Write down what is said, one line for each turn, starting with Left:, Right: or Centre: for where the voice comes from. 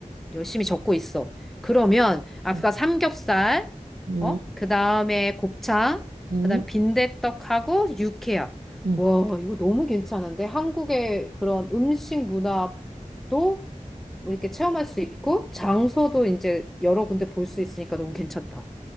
Centre: 열심히 적고 있어. 그러면 아까
Right: 응,
Centre: 삼겹살,
Right: 응,
Centre: 어? 그 다음에 곱창,
Right: 응.
Centre: 그 다음 빈대떡하고 육회야.
Right: 응.
Centre: 와, 이거 너무 괜찮은데? 한국의 그런 음식 문화도 뭐 이렇게 체험할 수 있고, 장소도 이제 여러 군데 볼 수 있으니까 너무 괜찮다.